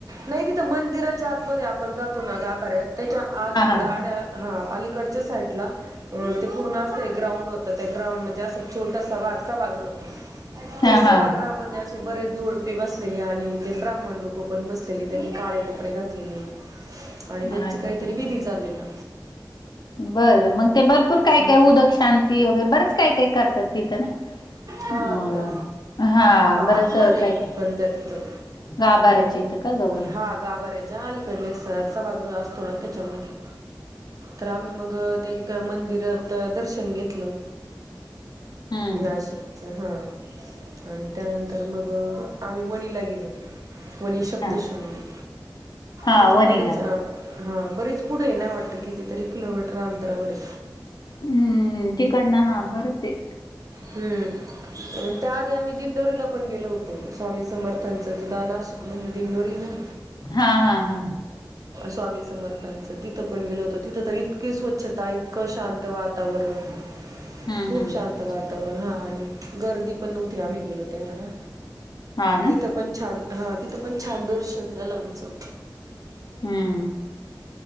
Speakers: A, on the right (about 50°); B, on the left (about 65°).
A: नाही तिथं मंदिराच्या आतमध्ये आपण जातो ना गाभाऱ्यात त्याच्या आलीकड
B: हा हा
A: आड्या हा अलीकडच्या साईडला अ ते पूर्ण असं ग्राउंड होत त्या ग्राउंड म्हणजे अस छोटसा सभागृह
B: हा
A: त्या सभागृमध्ये
B: हा
A: ते अशेच, बरेच जोडपे बसलेले आणि ते ब्रा ब्राह्मण लोक पण बसलेले त्यांनी काळे कपडे घातलेले आणि
B: अच्छा
A: त्यांची काहीतरी विधी चाललेला
B: बरं मग ते भरपूर काय,
A: हम्म.
B: काय उदक शांती वगैरे बरेच काय, काय करतात तिथं ना
A: हा
B: होय,
A: का
B: हा बरंच
A: आतमध्ये
B: काही
A: पण त्या तिथं
B: घाबराच्या इथं का जवळ?
A: हा गाभाऱ्याच्या अलीकडले सभागृह असतो ना त्याच्यामध्ये तर आम्ही मग ते एक मंदिरात दर्शन घेतलं.
B: हम्म
A: नाशिक च हा.. आणि त्यानंतर मग अ.. आम्ही वणीला गेलो वणी श
B: हा
A: सप्तशृंगी..
B: हा
A: तिथून
B: वणीला
A: बरीच अ हा... बरीच पुढ आहे ना वाटत कितीतरी किलोमीटर अंतरावर है.
B: हम्म. तिकडन हा.. पडते.
A: हम्म.. त्याआधी आम्ही दिंडोरीला पण गेलो होतो, स्वामी समर्थांच जिथ नाशिक मध्ये दिंडोरी आहे ना
B: हा.. हा.. हा
A: स्वामी समर्थांचं.. तिथं पण गेलो होतो तिथं तर इतके स्वच्छता इतकं शांत वातावरण..
B: हम्म
A: खूप
B: हम्म
A: शांत वाताव वातावरण हा आणि गर्दी पण नव्हती आम्ही गेलो तेव्हा ना
B: हा ना
A: तिथ पण छान, हा.. तिथं पण छान दर्शन झालं आमचं
B: हम्म